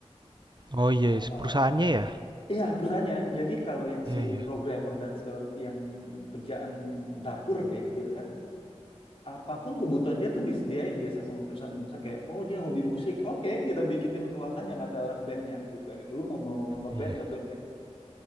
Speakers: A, on the right; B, on the left.
A: Oh iya,
B: Eh,
A: perusahaannya ya.
B: Iya, perusahaannya. Jadi kalau yang
A: Iya
B: si
A: iya.
B: programmer dan segala yang kerjaan dapur deh gitu kan, apapun kebutuhan dia tuh disediain biasanya sama perusahaan. tuh. Misalnya kayak, oh dia hobi musik, oke kita bikinin ruangan yang ada alat bandnya. Dibilangin, lu mau, mau ngeband,
A: Iya.
B: ngeband deh gitu.